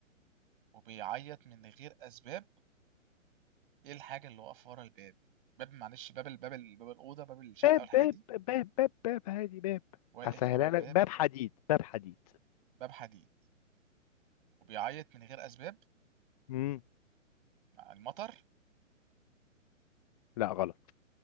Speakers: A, on the right; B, on the left.
A: وبيعيط من غير اسباب ايه الحاجه اللي واقف ورا الباب باب معلش باب الباب ال- باب الاوضه باب الشقه
B: باب
A: والحاجات
B: باب
A: دي
B: باب باب باب هادي باب
A: واقف
B: هسهلها
A: ورا الباب
B: لك باب حديد باب حديد
A: باب حديد وبيعيط من غير اسباب
B: امم
A: مع المطر
B: لا غلط